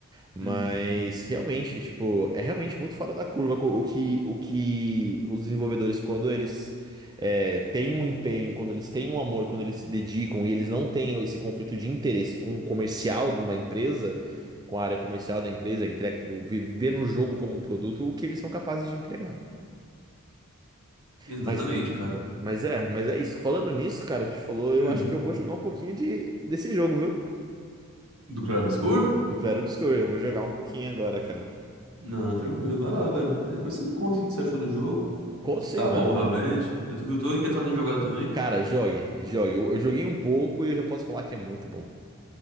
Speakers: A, on the right; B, on the right.
A: mas
B: Uhum.
A: realmente, tipo, é realmente muito fora da curva co- o que, o que os desenvolvedores, quando eles é, têm um empenho, quando eles têm um amor, quando eles se dedicam e eles não têm esse conflito de interesse com o comercial de uma empresa com a área comercial da empresa, entrega, viver no jogo como um produto, o que eles são capazes de entregar.
B: Exatamente,
A: Mas,
B: cara.
A: mas é, mas é isso. Falando nisso, cara, a gente falou,
B: Hum.
A: eu acho que eu vou jogar um pouquinho de, desse jogo, viu?
B: Do Claro Obscur?
A: Do Clair Obscur, eu vou jogar um pouquinho agora, cara.
B: Não, tranquilo, vai lá, velho. Aí Depois você me conta o que que você achou do jogo.
A: Conto
B: Se
A: sim,
B: tá
A: mano.
B: bom realmente. Eu tô, eu tô interessado em jogar também.
A: Cara, jogue, jogue. Eu, eu joguei um pouco e eu já posso falar que é muito bom.